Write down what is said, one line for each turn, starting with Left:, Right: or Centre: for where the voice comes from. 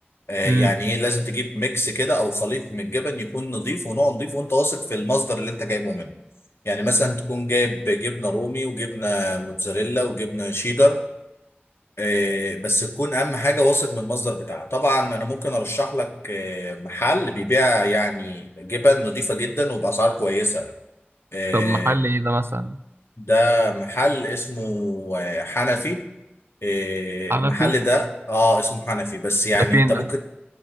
Left: آه
Right: امم
Left: يعني ايه لازم تجيب ميكس كده او خليط من الجبن يكون نظيف ونوع نظيف وانت واثق في المصدر اللي انت جايبه منه يعني مثلا تكون جايب جبنه رومي وجبنه موتزاريلا وجبنه شيدر آه بس تكون اهم حاجه واثق من المصدر بتاعها طبعا انا ممكن ارشح لك آه محل بيبيع يعني جبن نظيفه جدا وباسعار كويسه آه
Right: طب محل ايه ده مثلا
Left: ده محل اسمه آه، حنفي إيه،
Right: حنفي
Left: المحل ده اه اسمه حنفي بس يعني
Right: ده فين
Left: انت ممكن
Right: ده